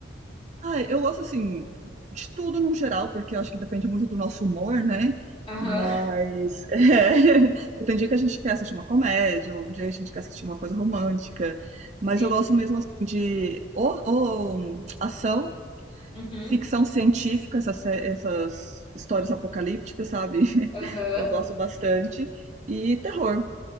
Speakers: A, on the right; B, on the left.
A: Ah, eu gosto assim de tudo no geral, porque eu acho que depende muito do nosso humor, né?
B: Aham,
A: Mas <laughs> é, porque tem dia que a gente quer assistir uma comédia, ou um dia a gente quer assistir uma coisa romântica,
B: sim.
A: mas eu gosto mesmo assim de ou, ou, hum, ação,
B: Uhum,
A: ficção científica, essas, sé- essas histórias apocalípticas, sabe? <laughs>
B: aham.
A: Eu gosto bastante. E terror.